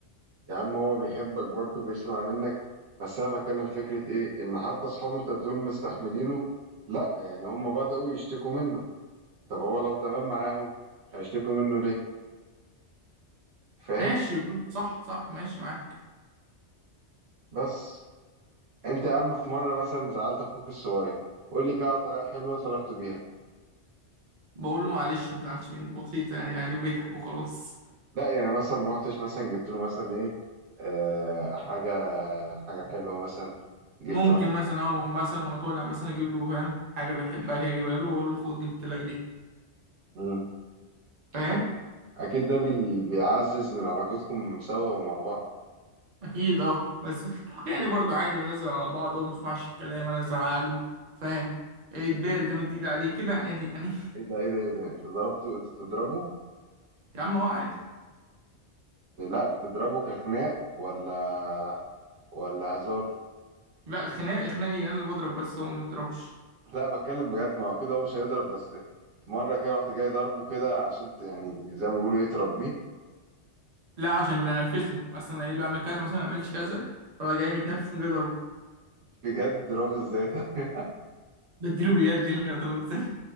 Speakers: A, on the right; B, on the right.
A: يا عم هو بيحبك برضه بيسمع منك بس انا بتكلم فكره ايه ان حتى اصحابه انت بتقول مستحملينه لا يعني هم بداوا يشتكوا منه طب هو لو تمام معاهم هيشتكوا منه ليه فاهم
B: ماشي صح صح ماشي معاك
A: بس انت يا عم في مره مثلا زعلت اخوك الصغير قول لي كده على طريقه حلوه صلحته بيها
B: بقول له معلش ما تزعلش مني بسيطه يعني عادي وبيضحك وخلاص
A: لا يعني مثلا ما رحتش مثلا جبت له مثلا ايه آه حاجة حاجة حلوة مثلا جبت
B: ممكن
A: مثلا
B: مثلا او مثلا وانا طالع مثلا اجيب له فاهم حاجه بيحبها كده اجيبها له واقول له خد جبت لك دي
A: مم.
B: فاهم
A: أك- أكيد ده بي بيعزز من علاقتكم سوا ومع بعض
B: اكيد اه بس يعني برضو عادي بنزل على بعض اه ما بسمعش الكلام انا ازعقله فاهم اتبارد تمد ايد عليه كده عادي يعني
A: ايه ده ايه ده ايه ده انت ضربته انت بتضربه
B: <laughs> يا عم هو عادي
A: لا بتضربه كخناق ولا ولا هزار
B: لا خناق خناقي انا اللي بضرب بس هو ما بيضربش
A: لا بتكلم بجد ما هو كده هو مش هيضرب بس في مرة كده رحت جاي ضربه كده عشان ت- يعني زي ما بيقولوا ايه تربيه
B: لا عشان بينرفزني مثلا اقول له اعمل كذا مثلا ما اعملش كذا فهو جاي متنرفز من اضربه
A: بجد ضربه ازاي طيب
B: بديله باليد إيه اللي اضربه ازاي